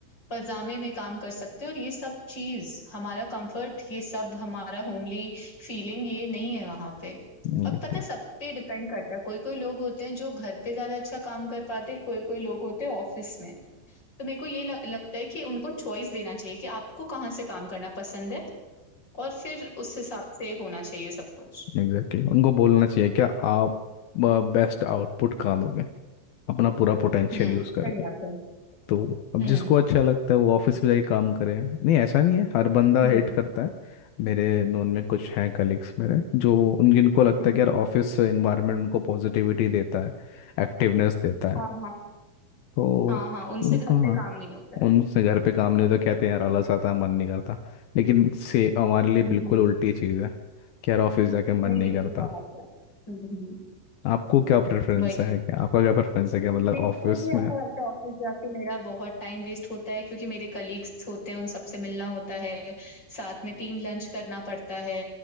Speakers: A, on the left; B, on the left.
A: पजामे में काम कर सकते हैं और ये सब चीज हमारा कंफर्ट ये सब हमारा होमली फीलिंग ये नहीं है वहां पे
B: एग्जैक्टली
A: और पता है, सब पे डिपेंड करता है कोई कोई लोग होते हैं जो घर पे ज्यादा अच्छा काम कर पाते हैं कोई कोई लोग होते हैं ऑफिस में तो मेरे को ये ल- लगता है कि उनको चॉइस देना चाहिए कि आपको कहाँ से काम करना पसंद है और फिर उस हिसाब से होना चाहिए सब कुछ
B: एग्जैक्टली उनको बोलना चाहिए क्या आप बेस्ट आउटपुट कहाँ दोगे अपना पूरा पोटेंशियल
A: हम्म
B: यूज़ करके
A: सही बात है
B: तो अब
A: हम्म
B: जिसको अच्छा लगता है वो ऑफिस में जाके काम करे नहीं ऐसा नहीं है हर बंदा
A: हम्म
B: हेट करता है मेरे नोन में कुछ हैं कलीग्स मेरे जो उन जिनको लगता
A: हम्म
B: है कि यार
A: हम्म,
B: ऑफिस एनवायरनमेंट उनको पॉजिटिविटी देता है एक्टिवनेस देता है
A: हाँ हाँ
B: तो
A: हाँ हाँ उनसे
B: उनका
A: घर पे काम नहीं होता है
B: उनसे घर पे काम नहीं होता कहते हैं यार आलस आता है, मन नहीं करता लेकिन से हमारे लिए बिल्कुल
A: हम्म
B: उल्टी चीज़ है कि यार ऑफिस जाके मन
A: नहीं
B: नहीं
A: नहीं सही
B: करता
A: बात है हम्म
B: आपको क्या प्रेफरेंस
A: वही
B: है क्या आपका क्या प्रेफरेंस है क्या मतलब
A: मेरे
B: ऑफिस
A: को भी
B: में
A: ऐसा लगता है ऑफिस जाके मेरा बहुत टाइम वेस्ट होता है क्योंकि मेरे कलीग्स होते हैं उन सबसे मिलना होता है साथ में टीम लंच करना पड़ता है